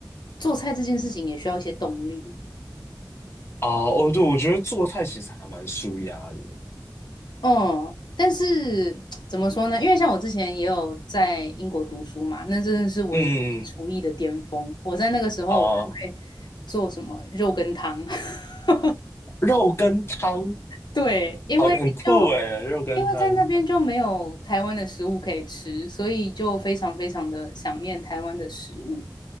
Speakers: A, on the left; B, on the left.
A: 做菜这件事情也需要一些动力。
B: 啊，哦，对，我觉得做菜其实还蛮舒压的。
A: 嗯，但是怎么说呢？因为像我之前也有在英国读书嘛，那真的是我人生厨艺的巅峰。
B: 嗯，
A: 我在那个时候我还会做什么肉羹汤，
B: 啊，
A: <laughs>
B: 肉跟汤。
A: 对，因为就
B: 好，很酷诶，肉羹汤。
A: 因为在那边就没有台湾的食物可以吃，所以就非常非常的想念台湾的食物，